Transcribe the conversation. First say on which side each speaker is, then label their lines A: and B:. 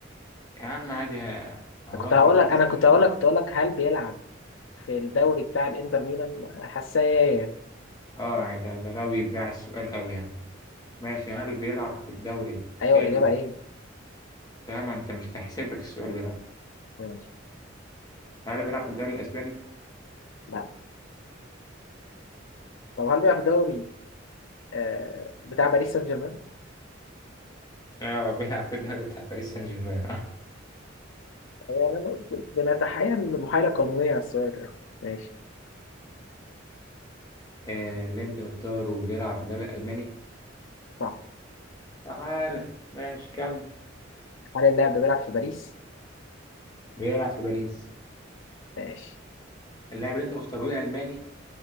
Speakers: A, on the left; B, on the left.
A: يا عم عادي آه، هو
B: كنت
A: أنت
B: هقول
A: المفروض
B: لك انا
A: ما تسألش
B: كنت هقول
A: بقى.
B: لك كنت هقول لك هل بيلعب في الدوري بتاع الانتر ميلان حساسية
A: اه يعني ده ده لو يدراع السؤال قوي يعني ماشي هل بيلعب في الدوري
B: ايوه
A: ال
B: الاجابة ايه؟
A: ده ما أنت مش هتحسب لك السؤال ده لا
B: ماشي
A: هل بيلعب في الدوري الاسباني
B: لا طب هل بيلعب في الدوري آه بتاع باريس سان جيرمان؟
A: اه بيلعب في الدوري بتاع باريس سان جيرمان اه
B: يعني انا بنتحايل محايلة قانونية على السؤال يعني ماشي
A: آه اللي انت مختاره بيلعب في الدوري الالماني
B: صح.
A: تعالى ماشي كمل
B: هل اللاعب ده بيلعب في باريس؟
A: بيلعب في باريس
B: ماشي
A: اللاعب اللي انت مختاره لي الماني